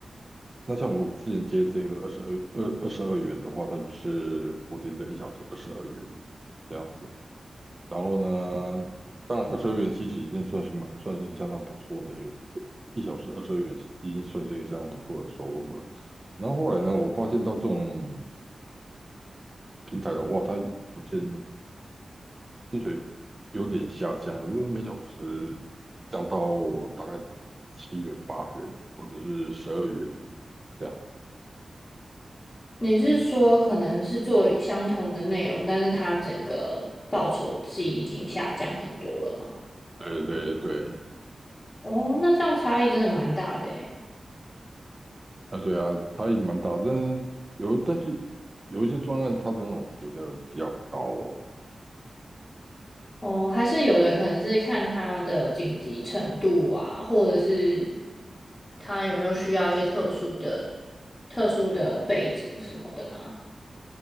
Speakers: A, on the right (about 30°); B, on the left (about 30°).
A: 那像我之前接这个二十二二二十二元的话，它就是固定的一小时二十二元这样子。然后呢，当然二十二元其实已经算是蛮算是相当不错的一个一小时二十二元已经算是一个相当不错的收入了。然后后来呢，我发现到这种平台的话，它逐渐薪水有点下降了，就是每小时降到大概七元、八元，或者是十二元这样。
B: 你是说可能是做相同的内容，但是它整个报酬季已经下降很多了吗？
A: 对对对，
B: 哦，那这样差异真的蛮大的诶。
A: 啊对啊，差异蛮大，但是有但是有一些专案，它仍然给的比较高哦。
B: 哦，还是有的可能是看它的紧急程度啊，或者是它有没有需要一些特殊的、特殊的背景什么的吗？